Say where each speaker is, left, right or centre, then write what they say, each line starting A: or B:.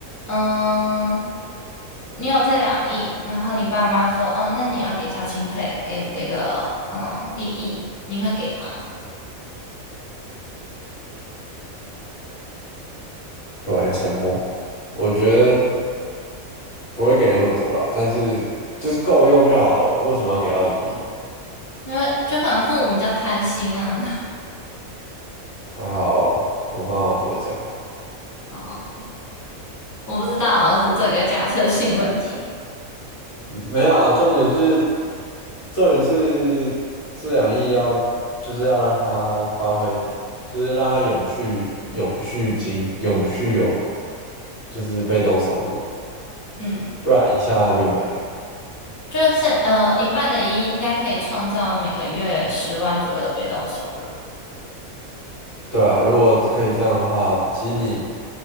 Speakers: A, on the left; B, on the left.
A: 嗯，你有这两亿，然后你爸妈说，哦，那你要给孝亲费，给给个，嗯，一亿，你会给吗？
B: 突然沉默，我觉得不会给那么多啦，但是就是够用就好了，为什么要给到一亿？
A: 因为就可能父母比较贪心啊。<laughs>
B: 还好我爸妈不会这样。
A: 哦，我不知道啊，我只是做一个假设性问题。
B: 没有啊，重点是重点是这两亿要就是要让它发挥，就是让它永续永续经永续有就是被动收入，
A: 嗯，
B: 不然一下就没了。
A: 就是呃，一半的一亿应该可以创造每个月十万左右的被动收入。
B: 对啊，如果可以这样的话，其实你